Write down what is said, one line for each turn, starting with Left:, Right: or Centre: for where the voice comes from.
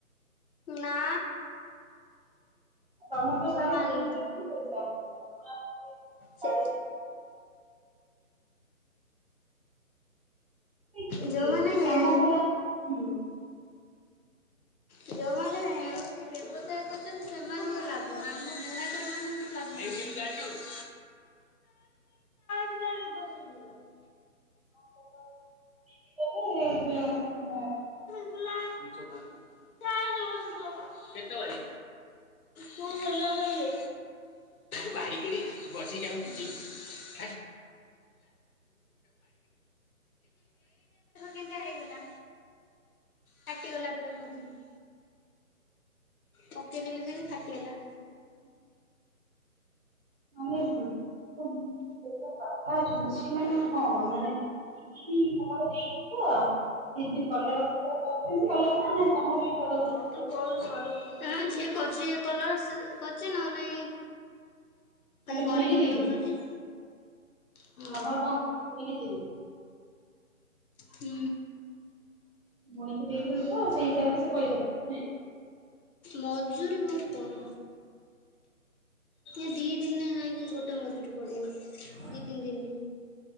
Left: ନା।
Right: ଆଉ ତମର ତ
Left: ଜମା
Right: ଶାଢୀ
Left: ନୁହେଁ
Right: <unintelligible>
Left: ସେ
Right: କରୁଛନ୍ତି,
Left: ଯୋଉମାନେ।
Right: ସେଇ ସେଇ କାମ ଗୁରା ହୁଁ। <inaudible>
Left: ଯେଉଁମାନେ ହେଉଛି ବ୍ୟବସାୟ କରୁଛନ୍ତି ସେମାନଙ୍କ ଲାଭ ଆମ ବୁଣାକାର ମାନଙ୍କର ଲାଭ। ଦିନ ଗଲୁ <inaudible> ବସଗା <unintelligible>
Right: ଯ <unintelligible>
Left: କେତେବେଳେ। କଣ ହେଲା ଲ ଇଏ ବାହାରିକି ପଶି ଯାଉଛି। <inaudible> କେନ୍ତା ହେଇଗଲା ଫାଟିଗଲା ପୁରା ମଝିରୁ। ପକେଇଦେଲି ଯେମତି ଫାଟିଗଲା।
Right: ହୁଁ ମାନେ କଣ ବାପା ଅଛନ୍ତି ସେ ମାନେ ହଁ ମାନେ ଦିଦି ତମର ଦେଇଦଉଛ ସିଏ ବି କଲର କଲର କରୁଛନ୍ତି ଅଲଗା ନା ତମର କଲର
Left: ଜଲ୍ଦୀ
Right: ଫଲର କରୁଛନ୍ତି?
Left: କରେ ସରିବନି ଏ ଝିଅ କରୁଚି କଲ ସେ କରୁଚି ନହେଲେ ନାଇଁ
Right: ଖାଲି
Left: କରିକି
Right: ବୁଣିକି ଦେଇଦଉଛନ୍ତି
Left: ବି ଦଉଛନ୍ତି। ହଁ
Right: ତମର କଣ <unintelligible>
Left: ହୁଁ।
Right: ଭୁଣିକି ଦେଇଦଉଛ ସେଇ ହିସାବରେ ସେ ପଇସା ଦଉଛନ୍ତି ନାଇଁ?
Left: ମଜୁରୀ ମୁଁ କଣ? ଏ ଦି ଦିନ ଯାଇକି ଗୋଟେ ମଜୁରୀ ପଡିବ।
Right: ହ
Left: ଦି ତିନି ଦିନି